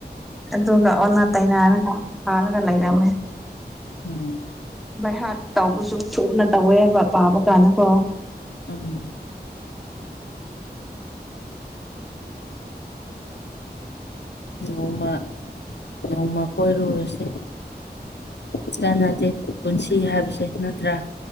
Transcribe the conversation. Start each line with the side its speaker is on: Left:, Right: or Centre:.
Centre: ꯑꯗꯨꯒ ꯑꯣꯟꯅ ꯇꯩꯅꯩꯅꯔꯒ ꯐꯥꯔꯒ ꯂꯩꯔꯝꯃꯦ
Left: ꯎꯝ
Centre: ꯚꯏ ꯍꯥꯔꯠ ꯇꯧꯕꯁꯨ ꯊꯨꯅ ꯇꯧꯋꯦ ꯍꯥꯏꯕ ꯄꯥꯕ ꯀꯥꯟꯗꯀꯣ
Left: ꯎꯝ ꯅꯣꯡꯃ ꯅꯣꯡꯃ ꯀꯣꯏꯔꯨꯔꯁꯦ ꯆꯥꯟꯅꯗꯦ ꯄꯨꯟꯁꯤ ꯍꯥꯏꯕꯁꯦ ꯅꯠꯇ꯭ꯔꯥ